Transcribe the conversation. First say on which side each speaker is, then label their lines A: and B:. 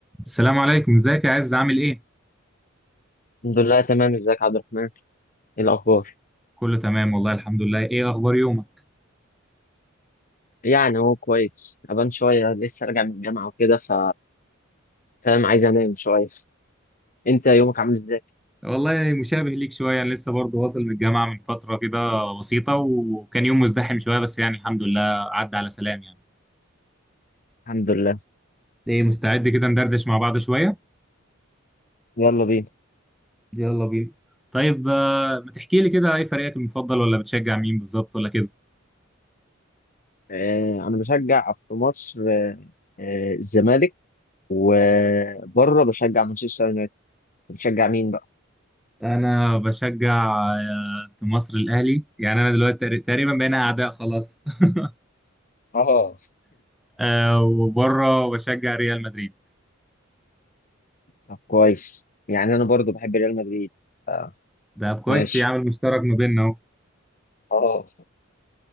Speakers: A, in the centre; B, on the left.
A: السلام عليكم ازيك يا عز عامل ايه
B: الحمد لله تمام ازيك يا عبد الرحمن ايه الاخبار
A: كله تمام والله الحمد لله ايه اخبار يومك
B: يعني هو كويس تعبان شويه لسه راجع من الجامعه وكده ف فاهم عايز انام شويه انت يومك عامل ازاي
A: والله مشابه ليك شويه انا لسه برضه واصل من الجامعه من فتره كده بسيطه وكان يوم مزدحم شويه بس يعني الحمد لله عدى على سلام يعني
B: الحمد لله
A: ايه مستعد كده ندردش مع بعض شويه
B: يلا بينا
A: يلا بينا طيب آه، ما تحكي لي كده ايه فريقك المفضل ولا بتشجع مين بالظبط ولا كده
B: آه انا بشجع في مصر آه، آه، الزمالك وبره بشجع مانشستر يونايتد بتشجع مين بقى
A: انا بشجع آه، في مصر الاهلي يعني انا دلوقتي تقري- تقريبا بقينا اعداء خلاص <laughs>
B: اه
A: آه، وبره بشجع ريال مدريد
B: طب كويس يعني انا برضو بحب ريال مدريد آه.
A: ده كويس
B: ماشي
A: في عامل مشترك ما بيننا
B: اه